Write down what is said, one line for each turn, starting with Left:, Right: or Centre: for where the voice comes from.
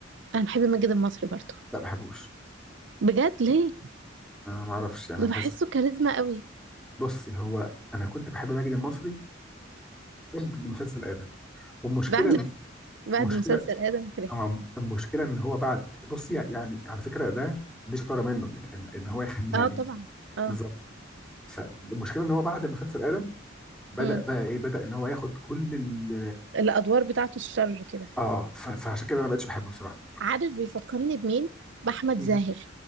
Right: انا بحب ماجد المصري برضه
Centre: لا ما بحبوش
Right: بجد ليه
Centre: آه ما اعرفش انا
Right: ده
Centre: بحس
Right: بحسه كاريزما قوي
Centre: بصي هو انا كنت بحب ماجد المصري قبل مسلسل ادم والمشكله
Right: بعد <laughs>
Centre: إن-
Right: بعد
Centre: المشكله
Right: مسلسل آدم كرهته
Centre: هو- المشكله ان هو بعد بصي يعني على فكره ده دي شطاره منه ان, إن هو ياخد
Right: اه
Centre: يعني
Right: طبعا اه
Centre: بالظبط فالمشكله ان هو بعد مسلسل ادم بدا
Right: امم
Centre: بقى ايه بدا ان هو ياخد كل ال
Right: الأدوار بتاعته الشر كده
Centre: اه ف- فعشان كده انا ما بقتش بحبه بصراحه
Right: عارف بيفكرني بمين بأحمد
Centre: <clears throat>
Right: زاهر